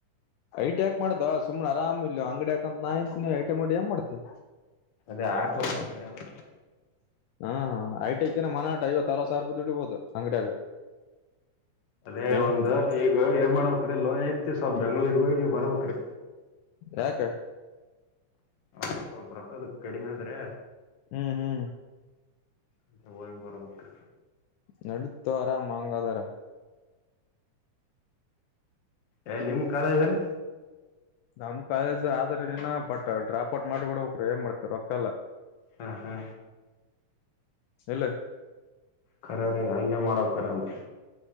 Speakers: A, on the left; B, on the left.
A: ಐಟಿ ಹಾಕ್ ಮಾಡ್ದ್ ಸುಮ್ನ ಆರಾಮ ಇಲ್ವ ಅಂಗಡಿ ಯಾಕಂತ ನಾಂತ ನೀ ಐಟಿ ಮಾಡಿ ಏನ್ ಮಾಡ್ತ
B: ಅದೇ ಹಾಕುವ ಅಂಗಡಿಯಲ್ಲ
A: ಹಾ ಹಾ ಐಟಐಕನ ಮನಾಟ ಐವತ್ತು ಅರ ಸಾವಿ ರಪ ದುಡಿಬೋದು ಅಂಗಡಿಯಾಗ
B: ಅದೇ
A: ಮೇಂಟೆನ್
B: ಒಂದು ಈಗ ಏ ಮಾಡ್ಕ್ರಿ ಲೋ ಎತ್ತಸ ಬೆಂಗ್ಳೂರಿಗೂ ಈಗ ಬರ್ಬಕ್ೀ
A: ಯಾಕ
B: ಹ ಸ್ವಲ್ಪ ರೊಕ್ತದ ಕಡಿಮೆ ಆದ್ರೆ
A: ಹ್ಮ್ ಹ್ಮ್
B: ಅ ಹಕ್ ಬಾರ ಮುಕ್ಕ್ರ
A: ನಡತು ಆರಾಮ್ ಹಂಗ ಅದಾರ
B: ಏ ನಿಮ್ ಕಾಲ ಏನೋ
A: ನಮ್ ಕಾಲೇಜ್ ಆದ್ರ ನೀನ ಬಟ್ ಡ್ರಾಪ್ ಔಟ್ ಮಾಡಿಬಿಡರು ಏನ್ ಮಾಡ್ತಾರೆ ರೋಕ್ಕಲ್ಲ
B: ಹಾ ಹಾ
A: ಎಲ್ಲಿ
B: ಖರೆ ರಿ ಹಂಗೆ ಮಾಡವ ಕರನ್ರಿ